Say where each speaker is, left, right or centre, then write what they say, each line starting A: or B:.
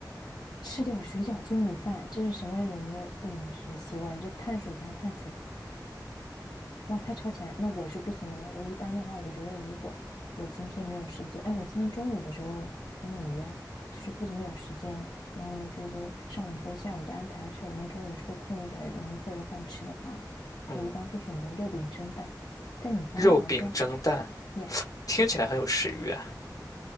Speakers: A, on the left; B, on the left.
A: <laughs> 吃点水饺就米饭，这是什么人的饮食习惯？这碳水加碳水。哇，太超前了，那我是不行的。我一般的话，我觉得如果我今天没有时间，哎，我今天中午的时候跟你一样，就是不怎么有时间，然后呢，就是上午跟下午都安排事儿，然后中午抽空一点儿，然后做个饭吃的话，
B: 嗯，
A: 我一般会选择肉饼蒸蛋。但你刚刚好像
B: 肉饼蒸蛋
A: 呀，
B: 听起来很有食欲啊。